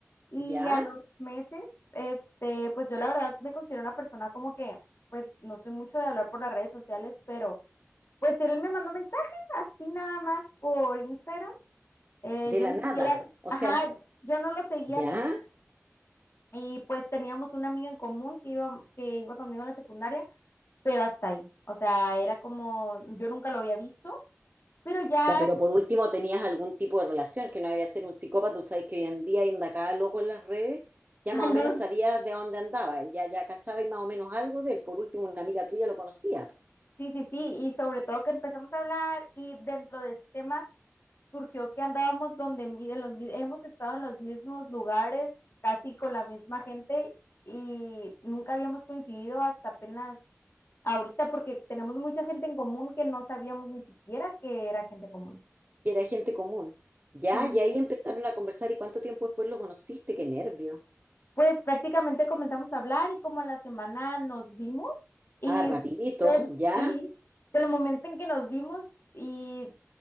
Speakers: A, on the left; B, on the right.
A: Y
B: ¿Ya?
A: a los meses, este, pues yo la verdad me considero una persona como que, pues no soy mucho de hablar por las redes sociales, pero Pues él me mandó mensaje, así nada más por Instagram. Eh,
B: De
A: yo
B: la
A: ni
B: nada.
A: siquiera,
B: O
A: ajá,
B: sea,
A: yo no lo seguía
B: ¿ya?
A: ni, y pues teníamos una amiga en común que iba, que iba conmigo en la secundaria, pero hasta ahí. O sea, era como, yo nunca lo había visto, pero ya,
B: Ya, pero por último tenías algún tipo de relación, que no había ser un psicópata, tú sabes que hoy en día anda cada loco en las redes, ya
A: <laughs> ah,
B: más
A: no,
B: o menos sabía de dónde andaba, él ya, ya cachaba y más o menos algo de él, por último una amiga tuya lo conocía, po,
A: sí, sí, sí, y sobre todo que empezamos a hablar y dentro de ese tema surgió que andábamos donde mi- en los, mi- hemos estado en los mismos lugares, casi con la misma gente y nunca habíamos coincidido hasta apenas ahorita porque tenemos mucha gente en común que no sabíamos ni siquiera que era gente común.
B: que era gente común. Ya,
A: Sí,
B: y ahí empezaron a conversar y cuánto tiempo después lo conociste, qué nervio.
A: pues prácticamente comenzamos a hablar y como a la semana nos vimos y
B: Ah, rapidito,
A: desde,
B: <laughs> ya,
A: sí, del momento en que nos vimos y